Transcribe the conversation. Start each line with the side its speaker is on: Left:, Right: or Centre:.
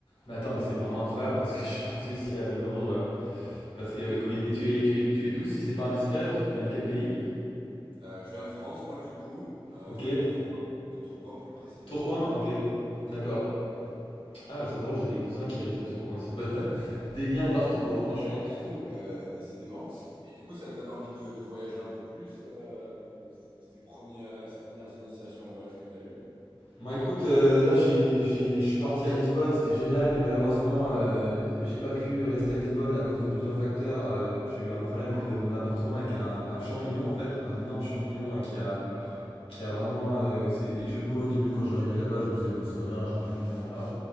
Left: Mais attends mais c'est vraiment incroyable parce que je suis parti aussi à, de Londres. euh, Parce qu'il y avait le Covid. Et tu es, tu es, tu es d'où si c'est pas indiscret? Tu viens de quel pays?
Right: Euh, je viens de France, moi, du coup, euh,
Left: Ok.
Right: de Tourcoing, de Tourcoing plus précisément.
Left: Tourcoing? Ok. D'accord.
Right: Ouais.
Left: Ah ouais, c'est drôle, j'ai des cousins qui habitent à Tourcoing aussi. <laughs> Bah, des liens partout, hein, franchement.
Right: Bah, dis donc, euh, décidément. Et du coup, ça te donne envie de, de voyager un peu plus, euh, de- ces premiers, euh, ces premières initiations au voyage que tu as eues.
Left: Bah écoute, euh, là j'ai, j'ai- je suis parti à Lisbonne, c'était génial, mais malheureusement euh, j'ai pas pu rester à Lisbonne à cause de plusieurs facteurs. Euh, j'ai eu un problème de- dans mon appartement avec un, un champignon en fait, un énorme champignon euh, qui a,
Right: Voilà.
Left: qui a vraiment. euh, c'est- et je- moi au début quand j'arrivais là-bas, je me disais, Bah, c'est rien un champignon, voilà.